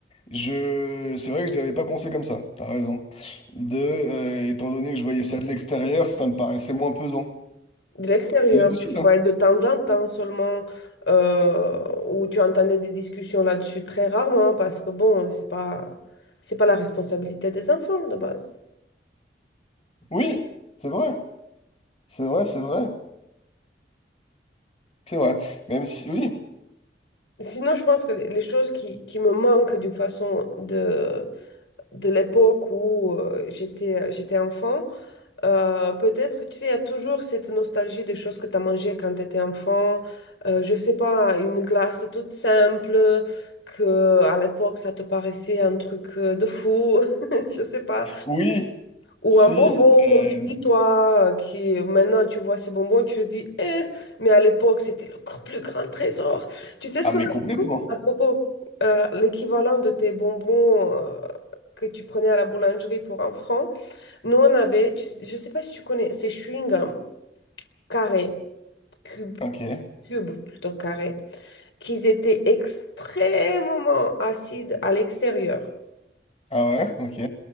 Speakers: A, on the left; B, on the left.
A: Je, c'est vrai que je l'avais pas pensé comme ça. T'as raison. De, euh, étant donné que je voyais ça de l'extérieur, ça me paraissait moins pesant.
B: de l'extérieur.
A: C'est bien possible,
B: Tu le voyais
A: hein.
B: de temps en temps seulement euh, où tu entendais des discussions là-dessus très rarement parce que bon, c'est pas, c'est pas la responsabilité des enfants de base.
A: Oui, c'est vrai. C'est vrai, c'est vrai. C'est vrai. Même si, oui,
B: Sinon, je pense que les les choses qui, qui me manquent d'une façon de, de l'époque où euh, j'étais, j'étais enfant, euh, peut-être, tu sais, il y a toujours cette nostalgie des choses que tu as mangées quand tu étais enfant. Euh, je sais pas, une glace toute simple, que à l'époque, ça te paraissait un truc euh, de fou. <laughs> Je sais pas.
A: oui,
B: Ou
A: si.
B: un bonbon, comme
A: euh,
B: tu dis, toi, qui maintenant tu vois ce bonbon, tu te dis, eh, mais à l'époque, c'était le gr- plus grand trésor. Tu sais ce
A: Ah,
B: qu'on
A: mais
B: a
A: complètement.
B: dit, nous, à propos, euh, l'équivalent de tes bonbons euh, que tu prenais à la boulangerie pour un franc. Nous, on avait, tu sais- je ne sais pas si tu connais, ces chewing-gums carrés, cubes,
A: Ok.
B: cubes plutôt carrés, qui étaient extrêmement acides à l'extérieur.
A: Ah ouais, ok.